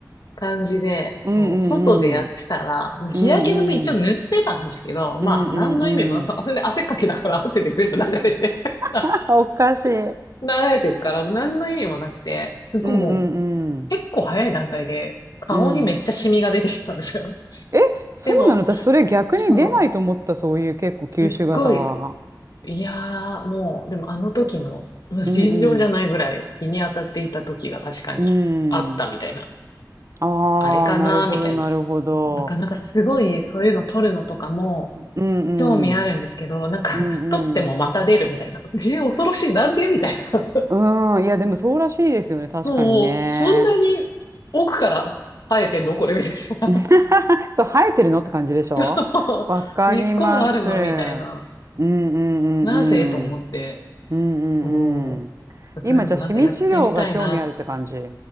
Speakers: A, on the left (about 60°); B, on the right (about 45°).
A: 感じで、そう、
B: うんうん
A: 外でやってたら、日焼け止め一応塗ってたんですけど、
B: うん。うんうん。
A: まあ、
B: うんう
A: 何の意味も、
B: んうん。
A: そ、それで汗っかきだから <laughs> 汗で全部流れて <laughs>
B: <laughs> おかしい。うん
A: 流れてるから、何の意味もなくて、僕も
B: うんうん。
A: う結構早い段階で顔にめっちゃシミが出てきたんですよ。
B: うん。え、そうなの私、
A: でも、
B: それ逆に出ないと思った、
A: そう、
B: そういう結構吸収型は。
A: すっごいいやー、もう、でもあの時の、まあ尋常じゃないぐらい日に当たっていた時が確かにあったみたいな。
B: うんうん。うん。ああ、
A: あれかなみたいな。
B: なるほど、なるほど。
A: もう、なからなんかすごいそういうの撮るのとかも
B: うん
A: 興味あるんですけど、
B: うん。
A: なんか
B: うんうん。
A: <laughs> 撮ってもまた出るみたいな。えー、恐ろしい。なんでみたいな。
B: うん、いや、でもそうらしいですよね、
A: <laughs>
B: 確かにね。
A: もう、そんなに奥から生えてんのこれみたいな。
B: <laughs> そう、生えてるのって感じでしょわかります。
A: <laughs> そう根っこがあるのみたいな。
B: うんうん
A: なぜと思って。
B: うんうん。うん
A: そう。
B: うんうん。
A: そういうのもなんかやってみたいな。
B: 今、じゃあ、シミ治療が興味あるって感じ。